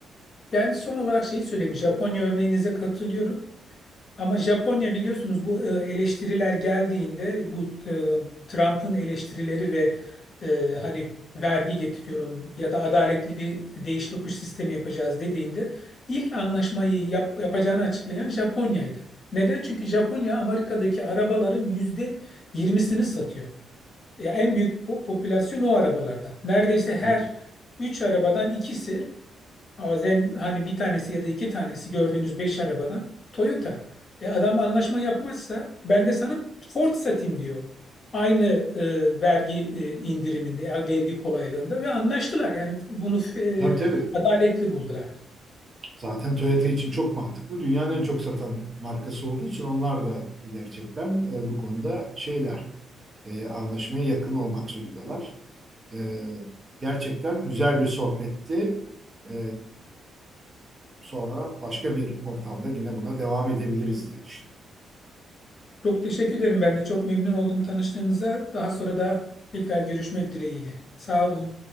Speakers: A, on the left (about 35°); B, on the right (about 25°).
A: Yani son olarak şeyi söyleyeyim. Japonya örneğinize katılıyorum. Ama Japonya biliyorsunuz bu e, eleştiriler geldiğinde bu e, Trump'ın eleştirileri ve e, hani vergi getiriyorum ya da adaletli bir değiş tokuş sistemi yapacağız dediğinde ilk anlaşmayı yap- yapacağını açıklayan Japonya'ydı. Neden? Çünkü Japonya Amerika'daki arabaların yüzde yirmisini satıyor. Ya en büyük po- popülasyon o arabalarda. Neredeyse her
B: Tabii.
A: üç arabadan ikisi Bazen hani bir tanesi ya da iki tanesi gördüğünüz beş arabadan Toyota. E adam anlaşma yapmazsa ben de sana Ford satayım diyor. Aynı e, vergi e, indiriminde, e, vergi kolaylığında ve anlaştılar. Yani bunu e,
B: Tabii tabii.
A: adaletli buldular.
B: Zaten Toyota için çok mantıklı. Dünyanın en çok satan markası olduğu için onlar da gerçekten e, bu konuda şeyler e, anlaşmaya yakın olmak zorundalar. E, gerçekten güzel bir sohbetti. E, sonra başka bir ortamda yine buna devam edebiliriz diye düşünüyorum.
A: Çok teşekkür ederim. Ben de çok memnun oldum tanıştığımıza. Daha sonra da tekrar görüşmek dileğiyle. Sağ olun.